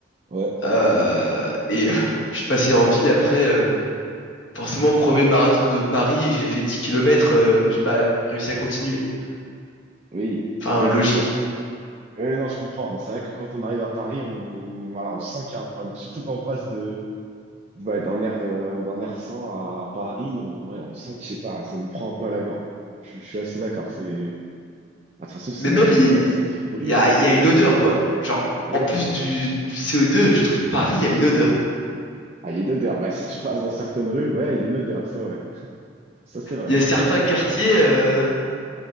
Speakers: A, on the right; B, on the left.
A: ouais,
B: Euh, et euh, <laughs> je suis passé en ville après. euh, forcément, premier marathon de Paris, j'ai fait 10 kilomètres. euh, j'ai pas réussi à continuer.
A: oui,
B: Enfin,
A: oui,
B: logique.
A: c'est sûr. Oui, non, je comprends. Non, C'est vrai que quand on arrive à Paris, on, voilà, on sent qu'il y a un problème. Surtout quand on passe de, de- ouais, d'un air, euh, d'un air sain à Paris, on, ouais, on sent que, je sais pas, ça nous prend un peu à la gorge. Je, je suis assez d'accord. C'est, bah, de toute façon, c'est
B: Mais
A: une
B: même,
A: ville,
B: il
A: ouais, c'est une ville polluée,
B: il y, a,
A: quoi.
B: il y
A: Oui,
B: a une odeur, quoi. Genre,
A: ouais,
B: en plus
A: ouais.
B: du, du CO2, je trouve Paris a une odeur.
A: Ah, il y a une odeur. Bah, si tu passes dans certaines rues, ouais, il y a une odeur, c'est vrai. Ça, c'est vrai.
B: Il y a certains quartiers, euh,